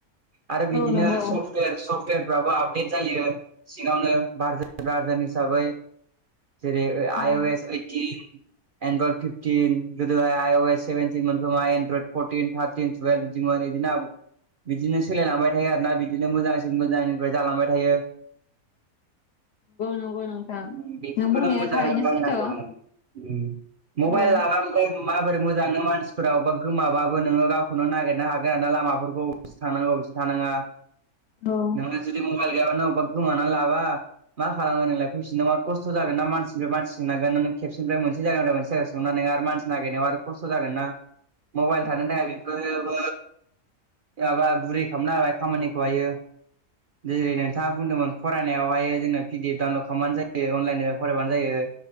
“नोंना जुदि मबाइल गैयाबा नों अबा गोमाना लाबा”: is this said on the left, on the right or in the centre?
Right